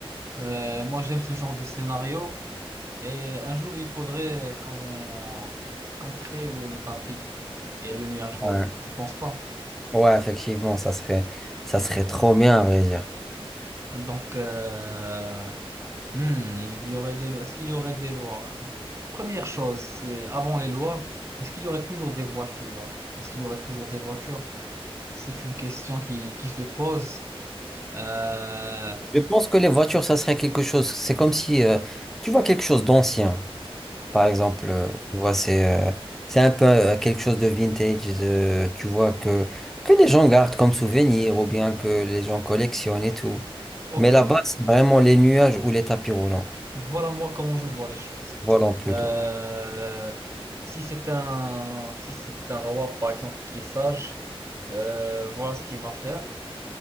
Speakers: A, on the right; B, in the centre.
A: Euh, moi, j'aime ce genre de scénario. Et un jour, il faudrait qu'on qu'on crée le, le tapis et le nuage volant.
B: Ouais,
A: Tu penses pas?
B: ouais, effectivement, ça serait, ça serait trop bien à vrai dire.
A: Donc, euh, Hmm, il y aurait des lois. Est-ce qu'il y aurait des lois? Première chose, c'est avant les lois, est-ce qu'il y aurait toujours des voitures? Est-ce qu'il y aurait toujours des voitures? C'est une question qui, qui se pose. Euh,
B: Je pense que les voitures, ça serait quelque chose. C'est comme si euh, tu vois quelque chose d'ancien, par exemple.
A: hmm,
B: euh, tu vois, c'est euh, c'est un peu euh, quelque chose de vintage. de- tu vois que que les gens gardent comme souvenir ou bien que les gens collectionnent et tout.
A: Ok,
B: Mais là-bas, c'est vraiment les nuages ou les tapis roulants.
A: voilà moi comment je vois les choses.
B: Volants plutôt.
A: Euh, si c'est un, si c'est un roi, par exemple, qui est sage, euh, voilà ce qu'il va faire.